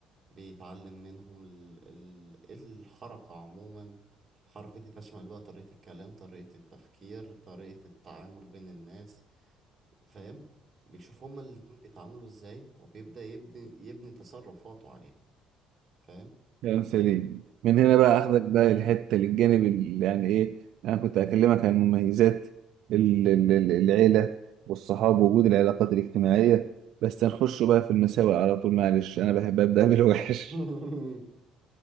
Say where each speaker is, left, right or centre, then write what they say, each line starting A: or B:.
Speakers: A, on the right; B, on the right.
A: بيتعلم منهم ال... ال... الحركة عموما الحركة دي تشمل بقى طريقة الكلام طريقة التفكير طريقة التعامل بين الناس فاهم بيشوف هما الاتنين بيتعاملوا ازاي وبيبدأ يبني يبني تصرفاته عليها فاهم
B: كلام سليم من هنا بقى اخدك بقى الحته للجانب اللي يعني ايه انا كنت اكلمك عن مميزات ال- ال- ال- العيله والصحاب ووجود العلاقات الاجتماعيه بس هنخش بقى في المساوئ على طول معلش انا بحب ابدا <laughs> بالوحش
A: <laughs>